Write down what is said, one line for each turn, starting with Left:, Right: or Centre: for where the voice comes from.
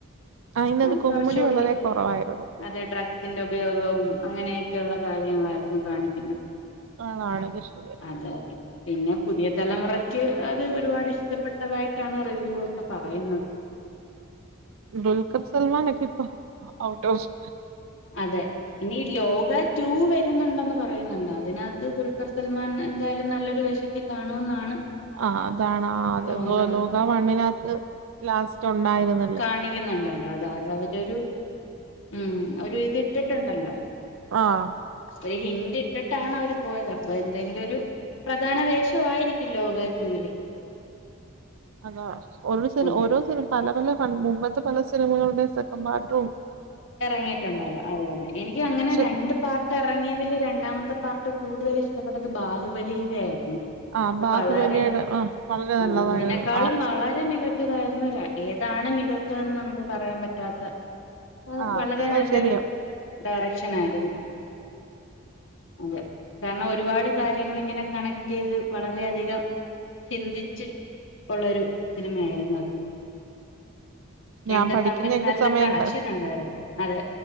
Right: ആഹ് ഇന്നത്
Left: ആ
Right: കോമഡി
Left: കുറച്ചുകൂടി
Right: വളരെ കുറവായിരുന്നു
Left: അതെ ഡ്രഗ് ഗ് ന്റെ ഉപയോഗവും അങ്ങനെയൊക്കെയുള്ള കാര്യങ്ങളായിരുന്നു കാണിക്കുന്നത്
Right: വാണങ്കി ശരിയാ
Left: അതെ അതെ പിന്നെ പുതിയ തലമുറക്ക് അത് ഒരുപാട് ഇഷ്ടപ്പെട്ടതായിട്ടാണ് റിവ്യൂ ഒക്കെ പറയുന്നെ
Right: ദുൽക്കർ സൽമാൻ ക്കിപ്പൊ ഔട്ട ഫ്
Left: അതെ ഇനി ലോക ടൂ വെ രുന്നുണ്ടെന്ന് പറയുന്നുണ്ട് അതിനകത്ത് ദുൽഖർ സൽമാൻ എന്തായാലും നല്ലൊരു വേശത്തി കാണുമെന്നാണ്
Right: ആഹ് അതാണ് ആ
Left: തോന്നുന്നത്
Right: ലോക വണ്ണിനകത്ത് ലാസ്റ്റ് ഉണ്ടായിരുന്ന്
Left: കാണിക്കുന്നുണ്ടല്ലോ അത അത് അവരെ രു ഉം ഒര് ഇത് ഇട്ടിട്ടുണ്ടല്ലോ
Right: ആഹ്
Left: ട്രേ ഹിന്ദി ഇട്ടിട്ടാണ് അവര് പോയത് അപ്പൊ എന്തെങ്കിലും ഒരു പ്രധാന വേഷം ആയിരിക്കും ലോകാ ടൂവില്
Right: അതാ ഓ സിന
Left: അതെ
Right: ഓരോ സിനിമ പല പല പ മുമ്പത്തെ പല സിനിമകളുടെ സെക്കൻ പാട്ടും
Left: ഇറങ്ങിയിട്ടുണ്ടല്ലോ അതെ അതെ എനിക്ക് അങ്ങനെ
Right: പക്ഷെ
Left: രണ്ട് പാർ ട്ട് ഇറങ്ങിയതില് രണ്ടാമത്തെ പാർട്ട് കൂടുതൽ ഇഷ്ടപ്പെട്ടത് ബാഹുബലിയുടെ ആയിരുന്നു
Right: ആഹ്
Left: അത്
Right: ബാഹുബലിയുടെ
Left: വളരെ
Right: ആഹ് വളരെ
Left: ആ
Right: നല്ലതായിരുന്നു
Left: ഒന്നിനെക്കാളും
Right: ആഹ്
Left: വളരെ മിക ച്ചതായിരുന്നു ര ഏതാണ് മികച്ചതെന്ന് നമുക്ക് പറയാൻ പറ്റാത്ത അത്
Right: ആഹ്
Left: വളരെ നല്ലൊരു
Right: അത് ശരിയാ
Left: ഡയറക്ഷനാരുന്നു അതെ കാരണം ഒരുപാട് കാര്യങ്ങളിങ്ങനെ കണക്ട് ചെയ്ത് വളരെയധികം ചിന്തിച്ച് ഒള്ളൊരു സിനിമ ആരുന്നു അത് രണ്ടും
Right: ഞാൻ പഠിക്കുന്നൊക്കെ
Left: തമ്മിൽ നല്ല
Right: സമയങ്ങള്
Left: കണക്ഷൻ ഉണ്ടായിരുന്നു അതെ